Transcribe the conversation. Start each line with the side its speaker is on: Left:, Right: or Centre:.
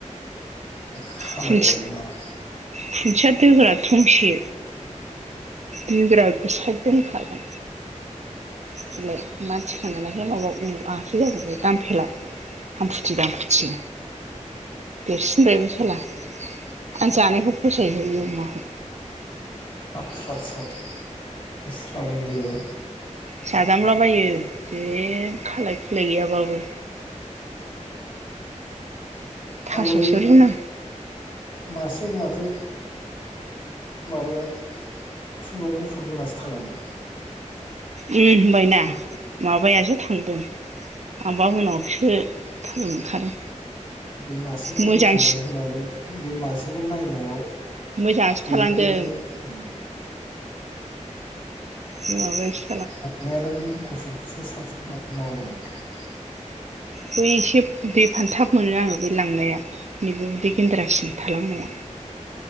Left: खालायबावगोन
Right: खुन्थि
Left: नामा
Right: खुन्थिया दोग्रा थंसे दोग्रा खो साइड दोनखागोन बिलाय मानसि खानायखाय माबा उ आसो जाबोबाय दामफेला हामफुथि दामफुथि देरसिनबायबो साला आं जानायखौ फसायहो बे अमाखौ
Left: साब स्राब स्राब ए स्राब ओय जोबो।
Right: जाजामलाबायो जे खालाय खुलाय गैयाबाबो। थास'सो
Left: आरो
Right: रुना
Left: मासे माथो माबाया खुगा गुफुर गोनाङासो थालांदों।
Right: उम होनबायना माबायासो थांदों। आंबा उनावसो थाल मोनखादों।
Left: बे मासेखौ
Right: मोजांसिन
Left: नायफिननाय होननानै बे मासेखौ नायनायाव
Right: मोजाङासो
Left: बेबो
Right: थालांदों
Left: बेनो।
Right: बे माबा एस
Left: हमनायाल बै गुफुरखौसो साबसिन होननानै माबादोंमोन थ'
Right: बै एसे उदै फानथाब मोनो आङो बे लांनाया। नैबे उदै गेन्द्रासिन थालांनाया।